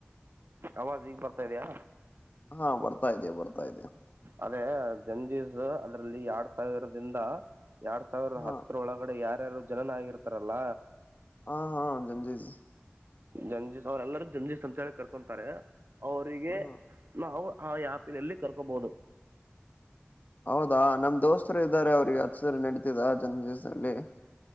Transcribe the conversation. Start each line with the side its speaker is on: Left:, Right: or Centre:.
Right: ಅವಾಜ್ ಈಗ ಬರ್ತಾ ಇದ್ಯಾ.
Left: ಹಾ ಬರ್ತಾ ಇದೆ ಬರ್ತಾ ಇದೆ.
Right: ಅದೇ ಜಂಜೀವ್ಸ್ ಅದ್ರಲ್ಲಿ ಎರಡ್ ಸಾವಿರದಿಂದ. ಎರಡ್ ಸಾವಿರದ
Left: ಹಾ
Right: ಹತ್ತರ ಒಳಗಡೆ ಯಾರ. ಯಾರು ಜನನ ಆಗಿರ್ತಾರಲ್ಲ.
Left: ಹಾ ಹಾ <inaudible>
Right: ಜಂಜೀಸ್ ಅವ್ರ ಎಲ್ಲರ <unintelligible> ಅಂತ ಹೇಳಿ ಕರ್ಕೊಂತಾರೆ. ಅವರಿಗೆ
Left: ಹಾ
Right: ನಾವ್ ಹಾ ಆಪ್ನಲ್ಲಿ ಕರ್ಕೋಬಹುದು.
Left: ಹೌದಾ ನಮ್ ದೋಸ್ತರು ಇದ್ದಾರೆ ಅವ್ರಿಗೆ ಹಚ್ಚಲ್ಲಿ ನಡತಿದ ಜಂಜಸ್ದಲ್ಲಿ.